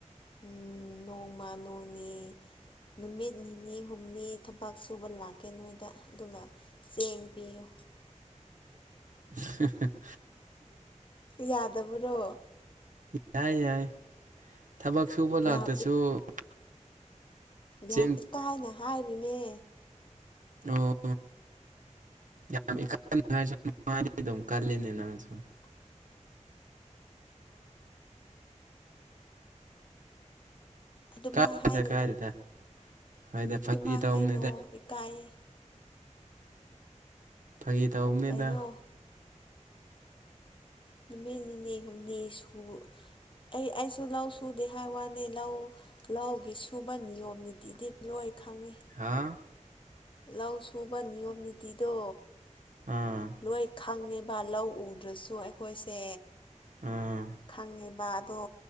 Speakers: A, on the left; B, on the right.
A: ꯎꯝ ꯅꯣꯡꯃ ꯅꯣꯡꯅꯤ ꯅꯨꯃꯤꯠ ꯅꯤꯅꯤ ꯍꯨꯝꯅꯤ ꯊꯕꯛ ꯁꯨꯕ ꯂꯥꯛꯀꯦ ꯅꯣꯏꯗ ꯑꯗꯨꯒ ꯆꯦꯡ ꯄꯤꯌꯨ
B: <unintelligible>
A: ꯌꯥꯗꯕꯔꯣ
B: ꯌꯥꯏ ꯌꯥꯏ ꯊꯕꯛ ꯁꯨꯕ ꯂꯥꯛꯇꯁꯨ
A: ꯌꯥꯝ
B: ꯆꯤꯡ
A: ꯌꯥꯝ ꯏꯀꯥꯏꯅ ꯍꯥꯏꯔꯤꯅꯦ
B: ꯑꯣ ꯌꯥꯝ ꯏꯀꯥꯏꯅ ꯍꯥꯏꯁꯨ ꯃꯥꯏꯗꯤ ꯑꯗꯨꯝ ꯀꯜꯂꯤꯅꯦ ꯅꯪꯁꯦ
A: ꯑꯗꯨꯃꯥꯏ
B: ꯀꯥꯏꯗꯦꯗ
A: ꯍꯥꯏꯅꯨꯗ
B: ꯀꯥꯏꯗꯦꯗ ꯍꯣꯏꯗ ꯐꯥꯒꯤ
A: ꯑꯗꯨꯃꯥꯏ
B: ꯇꯧꯕꯅꯤꯗ
A: ꯍꯥꯏꯅꯣꯑꯣ ꯏꯀꯥꯏꯌꯦ
B: ꯐꯥꯒꯤ ꯇꯧꯕꯅꯤꯗ
A: ꯀꯩꯅꯣ ꯅꯨꯃꯤꯠ ꯅꯤꯅꯤ ꯍꯨꯝꯅꯤ ꯁꯨ ꯑꯩ ꯑꯩꯁꯨ ꯂꯧ ꯁꯨꯗꯦ ꯍꯥꯏ ꯋꯥꯅꯤ ꯂꯧ ꯂꯧꯒꯤ ꯁꯨꯕ ꯅꯤꯌꯣꯝ ꯅꯤꯇꯤꯗꯤ ꯂꯣꯏ ꯈꯪꯉꯤ
B: ꯍꯥ
A: ꯂꯧ ꯁꯨꯕ ꯅꯤꯌꯣꯝ ꯅꯤꯇꯤꯗꯣ
B: ꯑꯥ
A: ꯂꯣꯏ ꯈꯪꯉꯦꯕ ꯂꯧ ꯎꯗ꯭ꯔꯁꯨ ꯑꯩꯈꯣꯏꯁꯦ
B: ꯎꯝ
A: ꯈꯪꯉꯦꯕ ꯑꯗꯣ